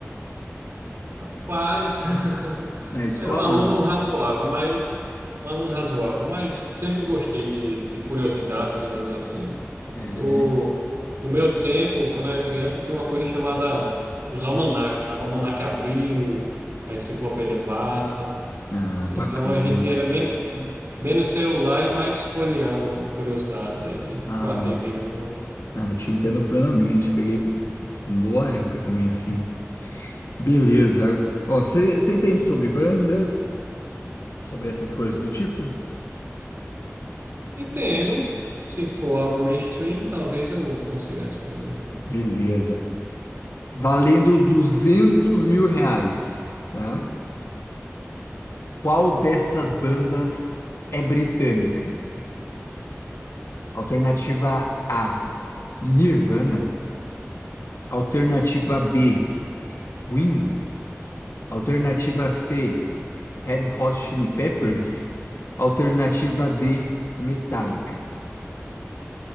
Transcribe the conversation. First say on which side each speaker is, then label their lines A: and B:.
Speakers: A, on the right (about 55°); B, on the left (about 70°).
A: rapaz, <laughs>
B: na escola?
A: era um aluno razoável, mas um aluno razoável, mas sempre gostei de, de curiosidades, digamos assim.
B: É,
A: No,
B: né?
A: no meu tempo, quando eu era criança, tinha uma coisa chamada os almanaques, sabe? O Almanaque Abril, a Enciclopédia Barça.
B: Ah,
A: Então
B: bacana.
A: a gente era men menos celular e mais folheando curiosidades. Aí
B: Ai,
A: guardei bem na memória.
B: Ah, te entendo plenamente. Peguei boa época também, assim. Beleza. Ó, você entende sobre bandas, sobre essas coisas do tipo?
A: Entendo. Se for algo mainstream, talvez eu consiga responder.
B: Beleza. Valendo duzentos mil reais, tá? Qual dessas bandas é britânica? Alternativa A, Nirvana. Alternativa B, Queen. Alternativa C, Red Hot Chili Peppers. Alternativa D, Metallica.